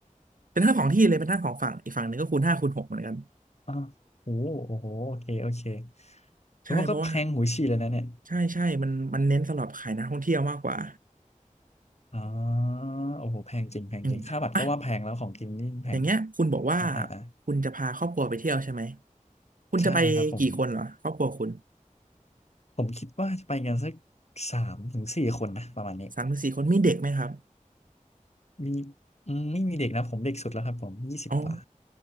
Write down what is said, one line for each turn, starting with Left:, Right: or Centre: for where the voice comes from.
Right: เป็นทั้งสองที่เลยเป็นทั้งสองฝั่งอีกฝั่งหนึ่งก็คูณห้าคูณหกเหมือนกัน
Left: อ่ะโอ้โหโอ้โหโอเคโอเคเพราะว่าก็แพงหูฉี่เลยนะเนี่ย
Right: ใช่เพราะว่าใช่ใช่มันมันเน้นสำหรับขายนักท่องเที่ยวมากกว่า
Left: อ๋อโอ้โหแพงจริงแพงจริงค่าบัตรก็ว่าแพงแล้วของกินนี่แพง
Right: อืมอ่ะ อย่างเงี้ยคุณบอกว่า
Left: อ่าอ่าอ่า
Right: คุณจะพาครอบครัวไปเที่ยวใช่ไหมคุณจะไปกี่คนเหรอครอบครัวคุณ
Left: ใช่ครับผมผมคิดว่าจะไปกันสักสามถึงสี่คนนะประมาณนี้
Right: สามถึงสี่คนมีเด็กไหมครับ
Left: มีอืมไม่มีเด็กนะผมเด็กสุดแล้วครับผมยี่สิบกว่า
Right: อ๋อ